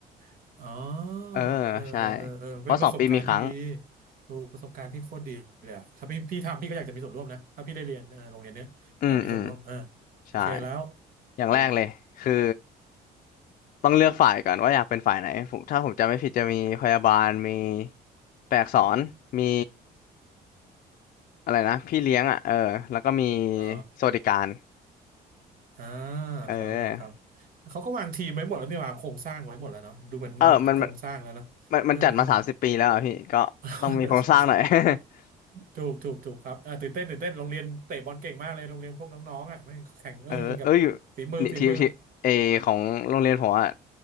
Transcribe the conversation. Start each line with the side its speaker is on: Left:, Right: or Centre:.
Right: <laughs> อ๋อ
Left: เออใช่
Right: เออเออเออเออเป็นประสบการณ์ที่ดี
Left: เพราะสองปีมีครั้ง
Right: ดูประสบการณ์ที่โคตรดีเลยอะถ้าพี่พี่ทำพี่ก็อยากจะมีส่วนร่วมนะถ้าพี่ได้เรียนเออโรงเรียนเนี้ย
Left: อืมอืม
Right: อยากมีส่วนร่วมเออโอเคแล้ว
Left: ใช่อย่างแรกเลยคือ
Right: ถูก
Left: ต้องเลือกฝ่ายก่อนว่าอยากเป็นฝ่ายไหนผมถ้าผมจำไม่ผิดจะมีพยาบาลมีแปลอักษรมีอะไรนะพี่เลี้ยงอ่ะเออแล้วก็มี
Right: อ๋อ
Left: สวัสดิการ
Right: อ่า
Left: เออ
Right: ครับครับครับเขาก็วางทีมไว้หมดแล้วเนี่ยวางโครงสร้างไว้หมดแล้วเนาะดูเหมือนมันมีโครงสร้างแล้วเนอะเออเออ
Left: เออมันมันมันมันจัดมาสามสิบปีแล้วอะพี่ก็ต้องมีโครงสร้างหน่อย
Right: <laughs> ใช่ใช่
Left: <laughs>
Right: ถูกถูกถูกครับอ่าตื่นเต้นตื่นเต้นโรงเรียนเตะบอลเก่งมากเลยโรงเรียนพวกน้องๆอ่ะแม่งแข่งเออกับฝีมือฝีมือ
Left: เออเอ้ยนี่ทีมทีมเอของโรงเรียนผมอะ